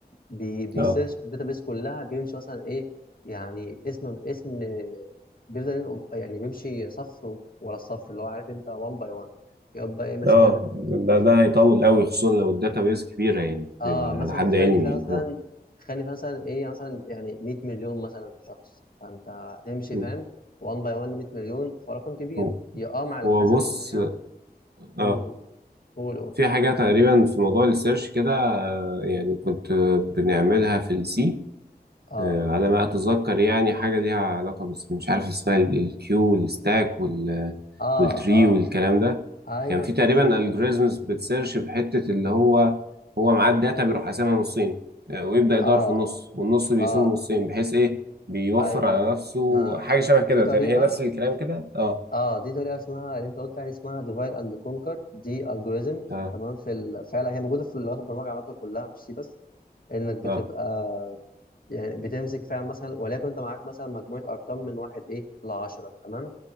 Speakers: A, on the left; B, on the right.
A: بي بيسيرش
B: اه
A: في الداتابيس كلها بيمشي مثلا إيه يعني اسم اسم بيفضل ينقل- يعني بيمشي صف ورا الصف اللي هو عارف أنت 1 باي 1 يبقى إيه ماشي
B: اه
A: كده بالترتيب
B: ده ده هيطول قوي خصوصا لو الداتا بيز كبيره يعني
A: اه
B: ال-
A: مثلا
B: على حد
A: تخيل
B: علمي
A: ان فيها
B: يعني
A: مثلا
B: آه.
A: تخيل ان فيها مثلا ايه يعني مثلا يعني 100 مليون مثلا شخص فانت تمشي
B: مم.
A: فاهم 1 باي 1 100 مليون فرقم كبير
B: هو
A: هي اه مع الحسبه
B: هو بص
A: تكون سريعه
B: اه
A: قول قول قول قول
B: في حاجة تقريبا في موضوع السيرش كده آه، يعني كنت بنعملها في السي
A: اه
B: على ما أتذكر يعني حاجة ليها علاقة بس مش عارف اسمها الكيو والستاك وال
A: اه
B: والتري
A: اه
B: والكلام ده
A: ايوه
B: كان في
A: تريز
B: تقريبا
A: وحاجات
B: الجوريزمز
A: دي.
B: بتسيرش بحتة اللي هو هو معاه الداتا بيروح قاسمها نصين آه، ويبدأ يدور
A: اه
B: في النص والنص بيقسمه
A: اه
B: نصين بحيث إيه بيوفر
A: ايوه
B: على
A: ايوه
B: نفسه
A: ما
B: حاجة شبه كده
A: دي طريقه
B: تقريبا هي نفس الكلام كده اه
A: اه دي طريقه اسمها اللي انت قلت عليها اسمها ديفايد اند كونكر دي الجوريزم
B: اه
A: تمام في ال... فعلا هي موجوده في لغات البرمجه عامه كلها مش سي بس انك بتبقى
B: اه
A: يعني بتمسك فعلا مثلا وليكن انت معاك مثلا مجموعه ارقام من واحد ايه ل 10 تمام